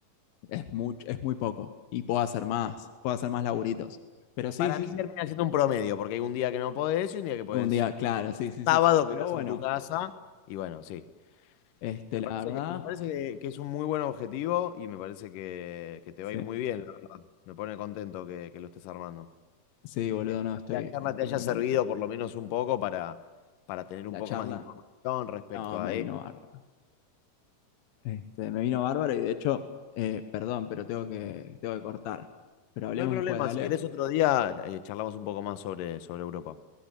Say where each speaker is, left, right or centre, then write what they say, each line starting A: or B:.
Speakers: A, on the left; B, on the left.
A: es, mucho, es muy poco. Y puedo hacer más, puedo hacer más laburitos. Pero sí,
B: Para
A: sí,
B: mí
A: sí.
B: termina siendo un promedio, porque hay un día que no podés y un día que podés.
A: Un día, claro, sí, sí,
B: Sábado
A: sí.
B: que
A: Pero
B: estás
A: bueno,
B: en tu casa. Y bueno, sí.
A: este,
B: Me
A: la
B: parece
A: verdad,
B: que, me parece que, que es un muy buen objetivo y me parece que, que te va a
A: sí,
B: ir muy bien, la verdad. Me pone contento que, que lo estés armando.
A: sí, boludo,
B: Eh,
A: no,
B: Espero
A: estoy,
B: que la charla
A: estoy
B: te haya
A: muy
B: servido
A: manija.
B: por lo menos un poco para, para tener un
A: La
B: poco
A: charla,
B: más de información respecto
A: no, me
B: a esto.
A: vino bárbaro. Este, me vino bárbaro y de hecho, eh, perdón, pero tengo que, tengo que cortar. Pero hablemos
B: No hay problema,
A: después, dale.
B: si querés otro día eh, charlamos un poco más sobre, sobre Europa.